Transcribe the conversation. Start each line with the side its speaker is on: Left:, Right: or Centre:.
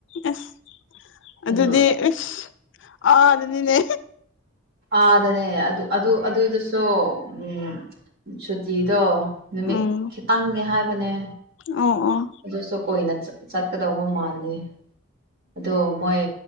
Left: ꯑꯦꯁ ꯑꯗꯨꯗꯤ
Right: ꯑꯗꯨ
Left: ꯏꯁ ꯑꯥ ꯗꯅꯤꯅꯦ
Right: ꯑꯗꯅꯦ ꯑꯗꯨ ꯑꯗꯨ ꯑꯗꯨꯗꯁꯨ ꯎꯝ ꯁꯨꯇꯤꯗꯣ ꯅꯨꯃꯤꯠ
Left: ꯎꯝ
Right: ꯈꯤꯇꯪꯅꯦ ꯍꯥꯏꯕꯅꯦ
Left: ꯑꯣ ꯑꯣ
Right: ꯑꯗꯨꯁꯨ ꯀꯨꯏꯅ ꯆꯠꯀꯗꯧꯕ ꯃꯥꯥꯜꯂꯦ ꯑꯗꯣ ꯃꯣꯏ